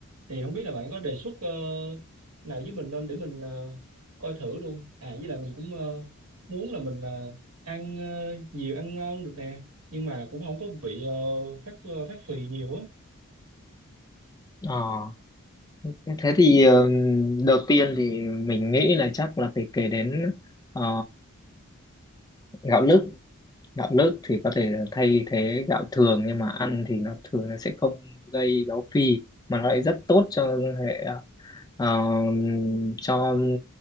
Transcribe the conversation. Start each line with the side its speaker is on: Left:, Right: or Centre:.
Right: thì không biết là bạn có đề xuất ờ, nào với mình không để mình ờ, coi thử luôn à với lại mình cũng ờ, muốn là mình ờ, ăn ờ, nhiều ăn ngon được nè nhưng mà cũng không có bị ờ, phát ờ, phát phì nhiều á
Left: Ờ, thế thì ờ, đầu tiên thì mình nghĩ là chắc là phải kể đến ờ, gạo lứt gạo lứt thì có thể là thay thế gạo thường nhưng mà ăn thì nó thường nó sẽ không gây béo phì mà nó lại rất tốt cho hệ ờ, cho